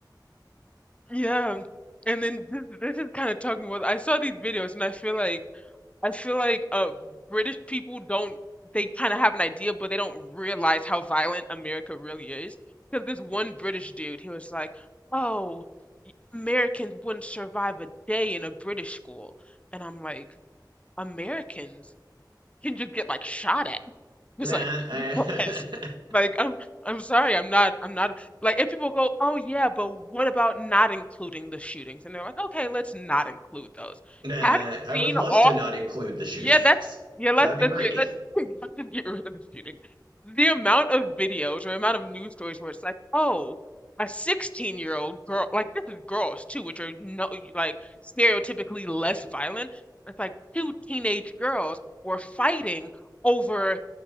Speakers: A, on the left; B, on the right.
A: yeah. And then this, this is kind of talking about, I saw these videos and I feel like I feel like uh, British people don't, they kind of have an idea, but they don't realize how violent America really is. Because this one British dude, he was like, oh, y- Americans wouldn't survive a day in a British school. And I'm like, Americans can just get like shot at. <laughs> It's
B: Nah,
A: like,
B: I,
A: <laughs> yes. Like, I'm, I'm sorry, I'm not, I'm not, like, if people go, oh yeah, but what about not including the shootings? And they're like, okay, let's not include those.
B: <laughs> nah,
A: Have you
B: I would
A: seen
B: love
A: all
B: to not include the shootings.
A: yeah, that's yeah.
B: <laughs>
A: Let's
B: That'd be
A: let's
B: great.
A: get let's, <laughs> let's just get rid of the shooting. The amount of videos or amount of news stories where it's like, oh, a 16-year-old girl, like this is girls too, which are no like stereotypically less violent. It's like two teenage girls were fighting over